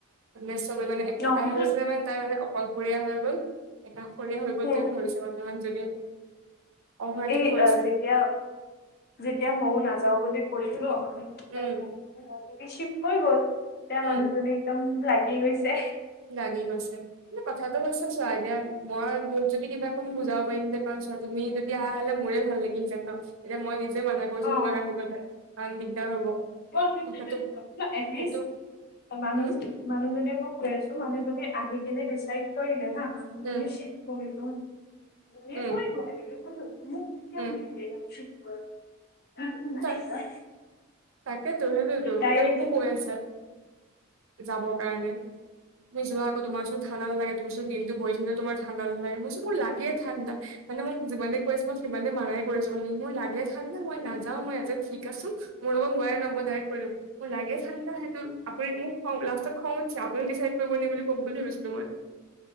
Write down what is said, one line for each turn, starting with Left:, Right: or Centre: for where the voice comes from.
Right: মানে চবে মানে একেটা
Left: অ সেইটো
Right: হৈছে মানে তাই মানে অকলশৰীয়া হৈ গ'ল। একাষৰীয়া হৈ গ'ল
Left: উম
Right: তাইক ধৰিছে মানে মানুহজনীয়ে, অভাৰ
Left: এই
Right: থিং কৰিছে।
Left: যেতিয়া যেতিয়া ম‌ইও নাযাওঁ বুলি কৈছিলোঁ
Right: উম
Left: <inaudible> ঠিক হৈ গ'ল। এতিয়া
Right: উম
Left: মানুহজনী একদম লাগি গৈছে।
Right: লাগি গৈছে। মানে কথাটো হৈছে চোৱা এতিয়া মই মোক যদি কিবা অকণ বুজাব পাৰিম যে, কাৰণ চোৱা তুমি যদি আহা হ'লে মোৰে ভাল লাগিলহেতেঁন ন'। এতিয়া মই নিজে মানা কৰিছোঁ
Left: অ',
Right: তোমাক আহিবলে, কাৰণ দিগদাৰ হ'ব।
Left: <unintelligible>
Right: ত সেইটো
Left: এটলিষ্ট
Right: সেইটো
Left: <inaudible>
Right: উম
Left: মানুহজনে মোক কৈ আছোঁ, মানুহজনী আহি কিনে ডিচাইড কৰিলে হা। মানুহজনী
Right: উম
Left: <unintelligible> <unintelligible> কৰিব সেনেকে
Right: উম
Left: কব‌ই মোক কেতিয়া
Right: উম
Left: সুধিলে <unintelligible> <inaudible>
Right: তাক তাকেতো, সেইটোৱেইটো।
Left: ডাইৰেক্ট
Right: এতিয়া মোকো কৈ আছে। যাবৰ কাৰণে। তুমি যোৱা আকৌ তোমাৰ চোন ঠাণ্ডা নালাগে। তুমি চোন দিনটো বহি থাকিলে তোমাৰ ঠাণ্ডা নালাগে। ম‌ই কৈছোঁ মোৰ লাগে ঠাণ্ডা। মানে মোক যিমানে কৈ আছে মই সিমানে মানাই কৰিছোঁ মানে। মোৰ লাগে ঠাণ্ডা, মই নাযাওঁ, মই এইয়াতে ঠিক আছোঁ। মোৰ লগত নোৱাৰে ন' ম‌ই ডায়ৰেক্ট কৈ দিওঁ। মোৰ লাগে ঠাণ্ডা সেইটো আপুনি মোক খং লাষ্টত খং উঠিছে আপুনি ডিচাইড কৰিব নেকি বুলি ক'ম বুলি ভাবিছিলোঁ মই।